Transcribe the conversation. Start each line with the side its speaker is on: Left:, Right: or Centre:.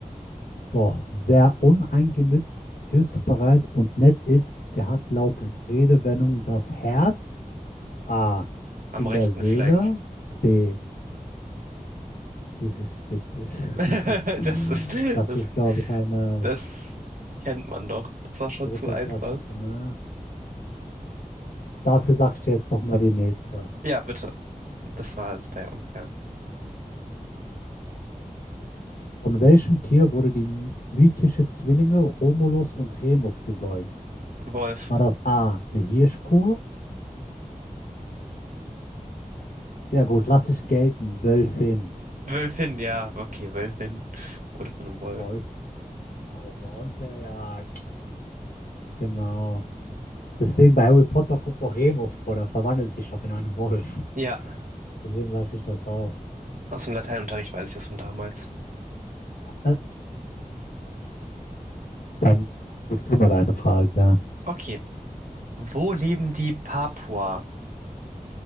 Left: So, wer uneingenützt, hilfsbereit und nett ist, der hat laut Redewendung das Herz A
Right: Am
Left: in
Right: rechten
Left: der Seele,
Right: Fleck.
Left: B Das ist richtig. <laughs>
Right: <laughs> Das ist,
Left: Das
Right: das
Left: ist, glaube ich, eine
Right: Das kennt man doch. Das war schon
Left: dritte
Right: zu einfach.
Left: Klasse, ne? Dafür sagst du jetzt nochmal die nächste.
Right: Ja, bitte. Das war, das war ja unfair.
Left: Von welchem Tier wurde die m- mythische Zwillinge Romulus und Remus gesäugt?
Right: Wolf.
Left: War das A, eine Hirschkuh? Ja gut, lass ich gelten, Wölfin.
Right: Wölfin, ja. Okay, Wölfin wurde von einem Wolf.
Left: Wolf, genau, Wolf, ja, ja, Genau. Deswegen bei Harry Potter kommt doch Remus vor, der verwandelt sich doch in einen Wolf.
Right: Ja,
Left: Deswegen weiß ich das auch.
Right: aus dem Lateinunterricht weiß ich das von damals.
Left: Äh, Dann gehst du mal deine Frage. Ja.
Right: Okay. Wo leben die Papua?